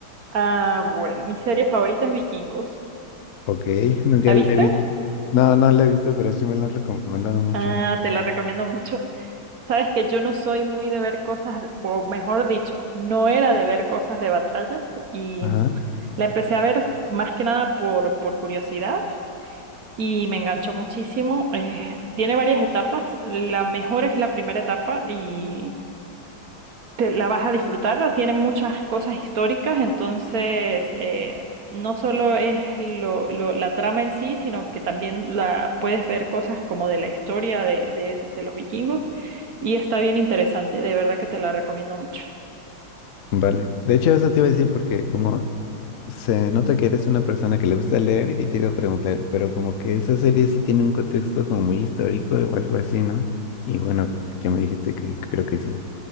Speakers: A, on the right (about 60°); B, on the left (about 80°).
A: Ah, bueno, mi serie favorita es Vikingos.
B: Ok, <laughs> nunca
A: ¿La viste?
B: la he visto. No, no la he visto, pero sí me la han recomendado mucho.
A: Ah, te la recomiendo mucho. Sabes que yo no soy muy de ver cosas, o mejor dicho, no era de ver cosas de batallas y
B: Ajá,
A: la empecé a ver más que nada por, por curiosidad y me enganchó muchísimo. Eh, tiene varias etapas, la mejor es la primera etapa y te la vas a disfrutar, tiene muchas cosas históricas, entonces eh, no solo es lo, lo- la trama en sí, sino que también la, puedes ver cosas como de la historia de de- de los vikingos. Y está bien interesante, de verdad que te la recomiendo mucho.
B: vale. De hecho, eso te iba a decir porque como se nota que eres una persona que le gusta leer y te iba a preguntar, pero como que esa serie sí tiene un contexto como muy histórico o algo así, ¿no? Y bueno, ya me dijiste que creo que sí.